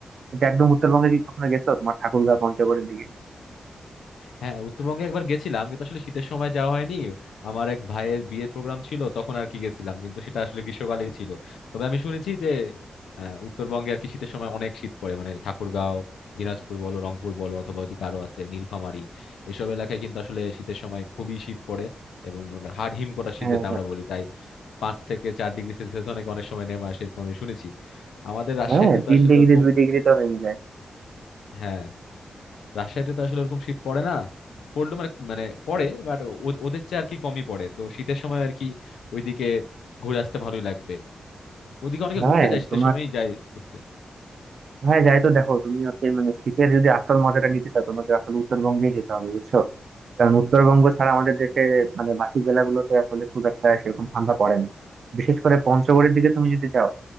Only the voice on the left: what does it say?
হ্যাঁ উত্তরবঙ্গে একবার গেছিলাম কিন্তু আসলে শীতের সময় যাওয়া হয়নি আমার এক ভাইয়ের বিয়ের প্রোগ্রাম ছিল তখন আর কি গেছিলাম কিন্তু সেটা আসলে গ্রীষ্মকালে ছিল তবে আমি শুনেছি যে আহ, উত্তরবঙ্গে আর কি শীতের সময় অনেক শীত পড়ে মানে ঠাকুরগাঁও দিনাজপুর বলো রংপুর বলো অথবা ওইদিকে আরো আছে নীলফামারী এসব এলাকায় কিন্তু আসলে শীতের সময় খুবই শীত পড়ে এবং মানে হাড় হিম করা শীত
যেটা আমরা বলি প্রায় পাঁচ থেকে চার ডিগ্রি সেলসিয়াস অনেক অনেক সময় নেমে আসে এরকম আমি শুনেছি আমাদের রাজশাহীতে
তো
আসলে
ওরকম
হ্যাঁ রাজশাহীতে তো আসলে ওরকম শীত পড়ে না পড়লো মানে মানে পড়ে বাট ওদের চেয়ে আর কি কমই পড়ে তো শীতের সময় আর কি ওইদিকে ঘুরে আসতে ভালোই লাগবে ওইদিকে অনেকে
ঘুরতে যায় শীতের
সময়ই যায় ঘুরতে